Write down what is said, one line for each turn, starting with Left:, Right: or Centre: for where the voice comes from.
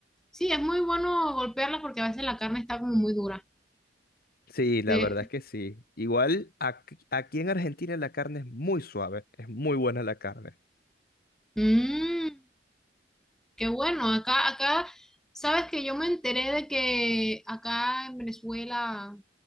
Centre: Sí, es muy bueno golpearla porque a veces la carne está como muy dura.
Left: Sí, la
Centre: De...
Left: verdad es que sí. Igual aquí, aquí en Argentina la carne es muy suave, es muy buena la carne.
Centre: Mm. Qué bueno, acá, acá, sabes que yo me enteré de que acá en Venezuela